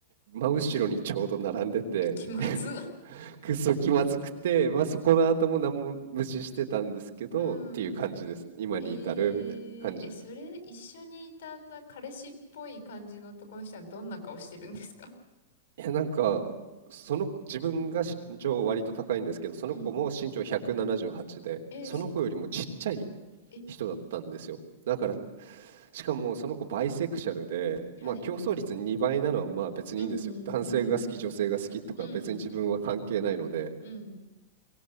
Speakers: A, on the right; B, on the left.
A: 真後ろにちょうど並んでて
B: え、気まず。
A: <laughs> くそ気まずくて、まあ、そこの後も何も無視してたんですけど、
B: うん。
A: っていう感じです。今に至るみたいな感じ。
B: えー、え、それ、一緒にいた彼氏っぽい感じの男の人はどんな顔してるんですか
A: いや、なんか、その自分が身長割と高いんですけど、その子も身長178で、
B: うん。えー、
A: その子よりもちっちゃい
B: 背高。えへえ。
A: 人だったんですよ。だから、しかもその子バイセクシャルで、
B: はい。
A: まあ競争率2倍なのはまあ別にいいんですよ。
B: うーん。
A: 男性が好き、女性が好きとか別に自分は関係ないので、
B: <laughs> うん。うん。